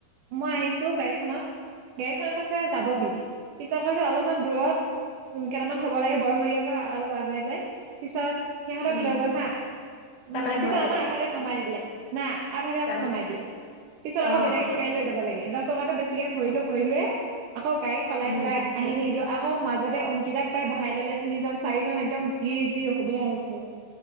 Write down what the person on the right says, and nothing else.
মই আহিছো গাড়ীখনত। গাড়ীখনে কৈছে যাব বুলি পিছত কৈছে অলপমান দূৰত। উম কেইটামান থব লাগে বৰশৰীয়াৰ পৰা অলপ আগুৱাই যায় পিছত। সিহঁতক
লৈ গ'ল হা
উম পিছত
আমাক আধাতে নমাই দিলে না আধাতে আমাক
নমাই দিলে। পিছত আকৌ
বেলেগে এখন গাড়ী লৈ যাব লাগে দহ টকাটো বেছিকে ভৰিলো ভৰিলোয়ে। আকৌ গাড়ী সলাই
সলাই আহি থাকিলোঁ। আকৌ মাজতে অংকিতাক পাই বহাই লৈলে তিনিজন চাৰিজন একদম ভিৰ যি অসুবিধা হৈছে।